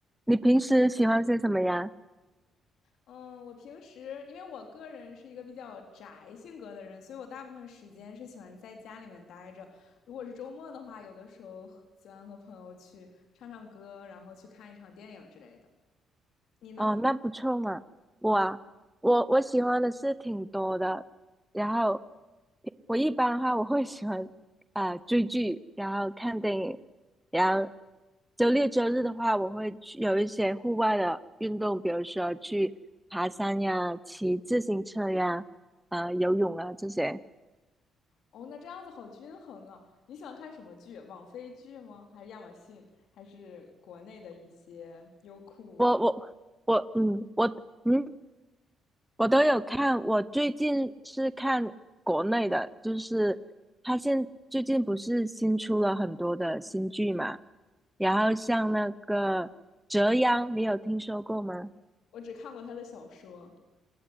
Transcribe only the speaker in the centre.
你平时喜欢些什么呀？
哦，那不错嘛。我啊，我我喜欢的是挺多的，然后我一般的话我会喜欢啊、呃追剧，然后看电影，然后周六周日的话我会去有一些户外的运动，比如说去爬山呀、骑自行车呀、啊游泳啊这些。
我我我嗯我嗯。我都有看，我最近是看国内的，就是他现最近不是新出了很多的新剧嘛，然后像那个《折腰》，你有听说过吗？